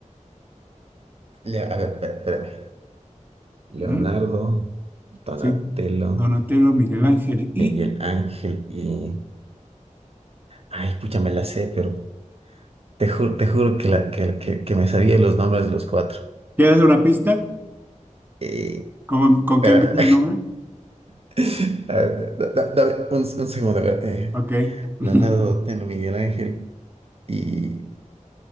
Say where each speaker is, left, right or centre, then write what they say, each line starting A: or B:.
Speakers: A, on the right; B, on the right.
A: Le- a ver, espé- espérame. Leonardo,
B: ¿no?
A: Donatello,
B: Sí, Donatello, Miguel Ángel y,
A: Miguel Ángel y... Ay, pucha, me la sé, pero te juro, te juro que, la, que, la- que, que me sabía los nombres de los cuatro.
B: ¿quieres una pista?
A: Eh,
B: ¿Con, con
A: pero...
B: qué empieza el nombre?
A: <laughs> a ver, da- da- dame un, un segundo, a ver. eh,
B: Ok. <laughs>
A: Leonardo, Donatello, Miguel Ángel y...